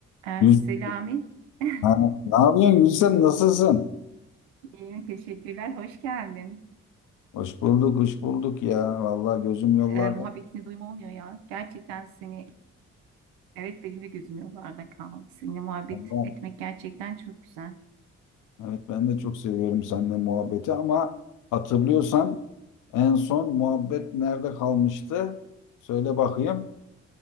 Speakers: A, on the right; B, on the left.
A: Ee,
B: Gülsüm,
A: Selami, <laughs>
B: ha, ne yapıyorsun Gülsüm? Nasılsın?
A: iyiyim, teşekkürler, hoş geldin.
B: Hoş bulduk, hoş bulduk ya. Vallahi gözüm yollarda.
A: Ee, muhabbetini duyma olmuyor ya. Gerçekten seni, evet benim de gözüm yollarda kaldı. Seninle muhabbet
B: Allah,
A: etmek gerçekten çok güzel.
B: evet ben de çok seviyorum seninle muhabbeti ama hatırlıyorsan en son muhabbet nerede kalmıştı? Söyle bakayım.